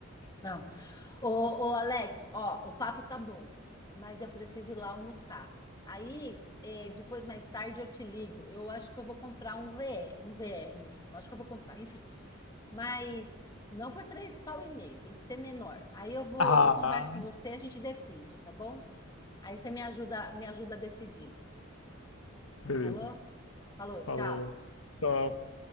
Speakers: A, on the left; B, on the left.
A: não. Ô, ô, Alex, ó, o papo tá bom, mas eu preciso ir lá almoçar. Aí, é, depois, mais tarde, eu te ligo. Eu acho que eu vou comprar um VE, um VR mesmo. Acho que eu vou comprar, enfim. Mas não por três pau e meio, tem que ser menor. Aí eu vou,
B: Ah,
A: eu converso com você, a gente decide, tá bom? Aí você me ajuda, me ajuda a decidir.
B: beleza.
A: Falou? Falou,
B: Falou.
A: tchau.
B: Tchau.